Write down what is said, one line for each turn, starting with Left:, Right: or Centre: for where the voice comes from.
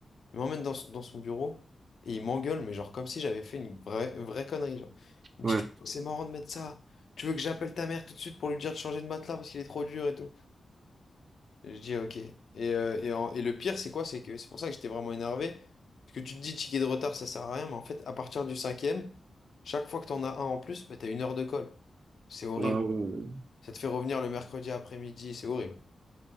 Left: il m'emmène dans, son- dans son bureau et il m'engueule, mais genre comme si j'avais fait une vraie, vraie connerie. Genre. Il me
Right: Ouais.
Left: dit, Tu c'est marrant de mettre ça. Tu veux que j'appelle ta mère tout de suite pour lui dire de changer de matelas parce qu'il est trop dur et tout. Et je dis, ok. Et, euh, et, en- et le pire, c'est quoi? C'est que c'est pour ça que j'étais vraiment énervé. Parce que tu te dis, ticket de retard, ça sert à rien, mais en fait, à partir du cinquième, chaque fois que t'en as un en plus, bah, t'as une heure de colle. C'est horrible.
Right: Ah, ouais, ouais,
Left: Ça te fait revenir le mercredi après-midi, c'est horrible.